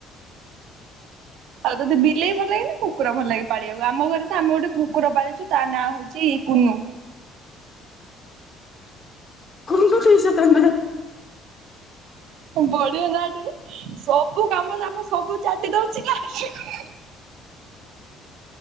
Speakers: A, on the right (about 70°); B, on the left (about 40°).
A: ଆଉ ତୋତେ ବିଲେଇ ଭଲ ଲାଗେ ନା କୁକୁର ଭଲ ଲାଗେ ପାଳିବାକୁ ଆମ ଘରେ ତ ଆମେ ଗୋଟେ କୁକୁର ପାଳିଛୁ ତା ନାଁ ହୋଉଛି କୁନୁ।
B: କୁନୁ ଦେଇଛ ତା ନାଁ।
A: ବଢିବ ନାଁ ଟେ ନା ସବୁ କାମ ଦାମ ସବୁ ଚାଟି ଦୋଉଛି <inaudible>